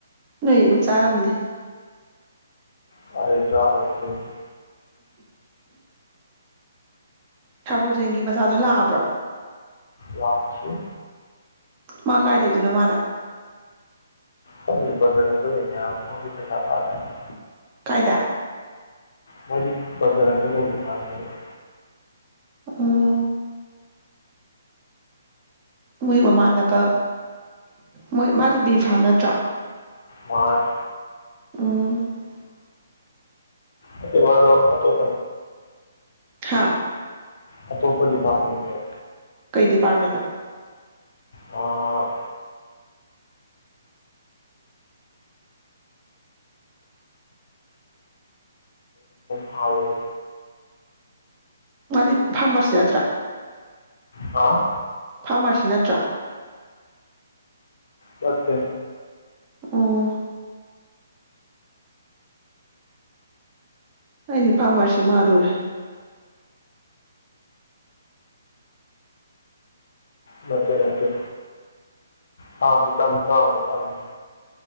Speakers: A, on the right (about 25°); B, on the left (about 65°).
A: ꯅꯣꯏ ꯑꯗꯨꯝ ꯆꯥꯔꯝꯅꯤ
B: ꯀꯥꯏꯗꯒꯤ ꯆꯥꯗꯣꯏꯅꯣꯗ ꯏꯆꯦ
A: ꯁꯥꯔ ꯕ꯭ꯔꯣꯖꯦꯟꯒꯤ ꯃꯆꯥꯗꯣ ꯂꯥꯛ ꯑꯕ꯭ꯔꯣ
B: ꯂꯥꯛꯇꯔꯤ
A: ꯃꯥ ꯀꯥꯏ ꯂꯩꯗꯣꯏꯅꯣ ꯃꯥꯅ
B: ꯈꯪꯗꯦ ꯕꯖꯔꯪꯗ ꯂꯩꯅꯤ ꯍꯥꯏꯕꯅꯤ ꯃꯥꯗꯤ ꯄꯩꯁꯥ ꯄꯥꯏꯕꯅꯤꯅ
A: ꯀꯥꯏꯗ
B: ꯃꯣꯏꯗꯤ ꯕꯖꯔꯪꯗ ꯂꯩꯅꯤ ꯍꯥꯏꯕ ꯅꯦꯕ
A: ꯑꯣ ꯃꯣꯏ ꯃꯃꯥꯟꯅꯕ ꯃꯣꯏ ꯃꯥꯁꯨ ꯕꯤ ꯐꯥꯝ ꯅꯠꯇ꯭ꯔꯣ
B: ꯃꯥꯟꯅꯦ
A: ꯑꯣ
B: <unintelligible>
A: ꯍꯥꯥ
B: ꯑꯇꯣꯞꯄ ꯗꯤꯄꯥ꯭ꯔꯠꯃꯦꯟꯅꯦ
A: ꯀꯩ ꯗꯤꯄꯥ꯭ꯔꯠꯃꯦꯟꯇ ꯅꯣ
B: ꯑ ꯍꯥꯎꯋꯦ
A: ꯃꯗꯤ ꯐꯥꯝꯃꯔꯁꯤ ꯅꯠꯇ꯭ꯔꯥ
B: ꯍꯥꯥ
A: ꯐꯥꯝꯃꯥꯔꯁꯤ ꯅꯠꯇ꯭ꯔꯥ
B: ꯅꯠꯇꯦ
A: ꯑꯣ ꯑꯩꯗꯤ ꯐꯥꯝꯃꯥꯔꯁꯤ ꯃꯥꯜꯂꯨꯔꯦ
B: ꯅꯠꯇꯦ ꯅꯠꯇꯦ ꯐꯥꯝꯃꯥꯔꯁꯤ ꯇꯝꯅꯤ ꯇꯧꯔꯝꯕ ꯇꯝꯗ꯭ꯔꯦ